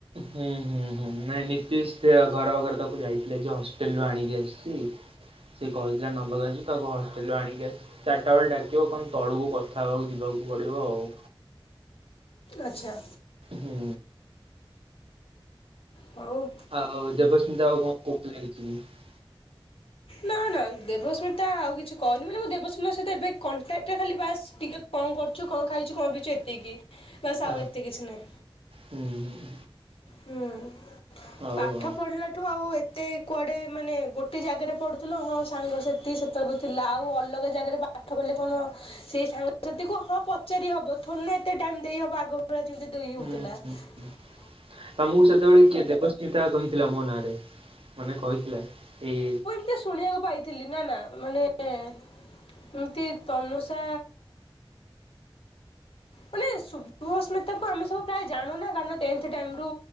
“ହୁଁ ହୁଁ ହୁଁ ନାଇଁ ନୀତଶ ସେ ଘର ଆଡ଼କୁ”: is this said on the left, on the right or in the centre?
Right